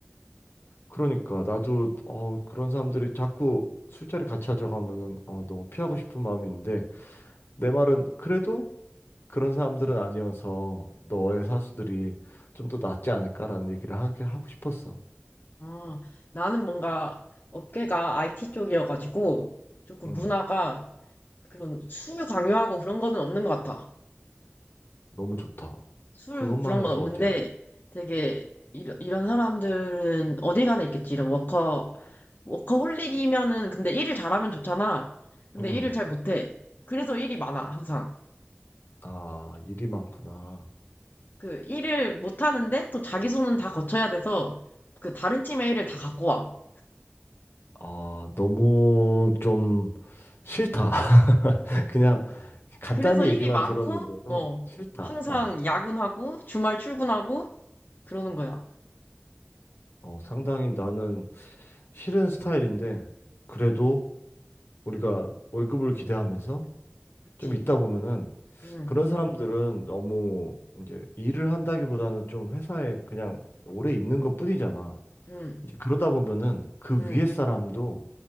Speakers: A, on the left; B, on the left.
A: 그러니까 나도 어, 그런 사람들이 자꾸 술자리 같이 하자고 하면은 어, 너무 피하고 싶은 마음이 있는데 내 말은 그래도 그런 사람들은 아니어서 너의 사수들이 좀 더 낫지 않을까라는 얘기를 하게 하고 싶었어.
B: 아, 나는 뭔가 업계가 IT 쪽이어가지고 조금
A: 음.
B: 문화가 그런 술 강요하고 그런 거는 없는 것 같아.
A: 너무 좋다.
B: 술
A: 그것만
B: 그런
A: 해도
B: 건 없는데
A: 어디야?
B: 되게 이런, 이런 사람들은 어디 가나 있겠지. 이런 워커, 워커홀릭이면은 근데 일을 잘하면 좋잖아. 근데
A: 응.
B: 일을 잘 못해. 그래서 일이 많아, 항상.
A: 아, 일이 많구나.
B: 그 일을 못하는데 또 자기 손은 다 거쳐야 돼서 그 다른 팀의 일을 다 갖고 와.
A: 아, 너무 좀 싫다. <laughs> 그냥 간단히
B: 그래서 일이
A: 얘기만
B: 많고,
A: 들었는데도
B: 어,
A: 싫다.
B: 항상
A: 어,
B: 야근하고 주말 출근하고 그러는 거야.
A: 어, 상당히 나는 싫은 스타일인데, 그래도 우리가 월급을 기대하면서
B: 그치?
A: 좀 있다 보면은
B: 응,
A: 그런 사람들은 너무 이제 일을 한다기보다는 좀 회사에 그냥 오래 있는 것뿐이잖아.
B: 응,
A: 이제 그러다 보면은 그
B: 응,
A: 위에 사람도